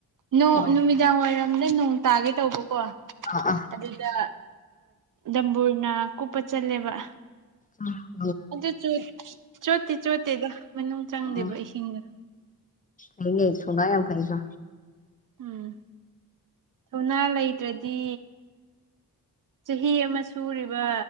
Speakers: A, on the right (about 55°); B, on the left (about 20°).
A: ꯅꯣꯡ
B: ꯑꯣ
A: ꯅꯨꯃꯤꯗꯥꯡ ꯋꯥꯏꯔꯝꯗ ꯅꯣꯡ ꯇꯥꯒꯦ ꯇꯧꯕꯀꯣ
B: ꯑ ꯑ
A: ꯑꯗꯨꯗ ꯗꯝꯕꯨꯔꯅ ꯀꯨꯞꯄ ꯆꯠꯂꯦꯕ
B: ꯑꯥ
A: ꯑꯗꯨꯁꯨ ꯆꯣꯠꯇꯤ ꯆꯣꯠꯇꯦꯗ ꯃꯅꯨꯡ ꯆꯪꯗꯦꯕ
B: ꯑꯣ
A: ꯏꯁꯤꯡꯗꯣ
B: ꯐꯩꯅꯦ ꯊꯧꯅꯥ ꯌꯥꯝ ꯐꯩꯀꯣ
A: ꯎꯝ ꯊꯧꯅꯥ ꯂꯩꯇ꯭ꯔꯗꯤ ꯆꯍꯤ ꯑꯃ ꯁꯨꯔꯤꯕ